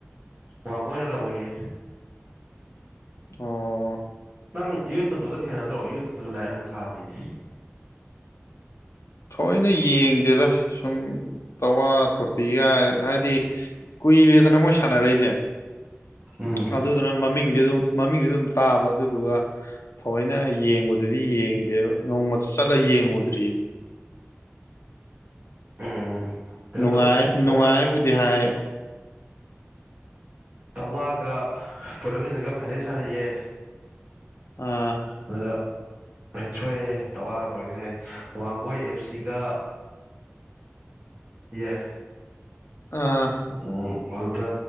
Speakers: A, on the right; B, on the left.
A: ꯋꯥꯡꯒꯣꯏꯅ ꯂꯧꯋꯦꯌꯦ
B: ꯑꯣ
A: ꯅꯪ ꯌꯨꯇꯨꯞꯇꯨꯒ ꯊꯦꯡꯅꯗ꯭ꯔꯣ ꯌꯨꯇꯨꯞꯇꯒ ꯂꯥꯏꯞ ꯑꯗꯨꯝ ꯊꯥꯕꯅꯤꯅꯦ
B: ꯊꯑꯣꯏꯅ ꯌꯦꯡꯗꯦꯗ ꯁꯨꯝ ꯇꯋꯥ ꯇꯔꯣꯄꯤꯒꯥꯏ ꯍꯥꯏꯗꯤ ꯀꯨꯏꯔꯦꯗꯅ ꯃꯣꯏ ꯁꯥꯟꯅꯔꯛꯏꯁꯦ
A: ꯎꯝ
B: ꯑꯗꯨꯗꯨꯅ ꯃꯃꯤꯡꯗꯤ ꯑꯗꯨꯝ ꯃꯃꯤꯡꯗꯤ ꯑꯗꯨꯝ ꯇꯥꯕ ꯑꯗꯨꯗꯨꯒ ꯊꯑꯣꯏꯅ ꯌꯦꯡꯕꯗ ꯑꯗꯨꯗꯤ ꯌꯦꯡꯗꯦꯕ ꯅꯣꯡꯃꯇ ꯆꯠꯂ ꯌꯦꯡꯉꯨꯗ꯭ꯔꯤꯕ
A: ꯎꯝ ꯀꯩꯅꯣ
B: ꯅꯨꯡꯉꯥꯏ
A: ꯇꯧꯋꯦ
B: ꯅꯨꯡꯉꯥꯏꯕꯨꯗꯤ
A: ꯇꯋꯥ
B: ꯍꯥꯏꯌꯦ
A: ꯇꯋꯥꯒ ꯄꯨꯔꯛꯈꯣꯟꯖꯤꯟꯒ ꯐꯥꯏꯅꯦꯜ ꯁꯥꯟꯅꯩꯌꯦ
B: ꯑ
A: ꯑꯗꯨꯗ ꯁꯣꯏꯔꯦꯍꯦ ꯇꯧꯋꯥꯒ ꯄꯨꯔꯈꯣꯟꯖꯤꯟꯒ ꯌꯦ ꯋꯥꯡꯒꯣꯏ ꯑꯦꯞ ꯁꯤꯒ <unintelligible>
B: ꯑꯥ
A: ꯎꯝ ꯑꯗꯨꯗ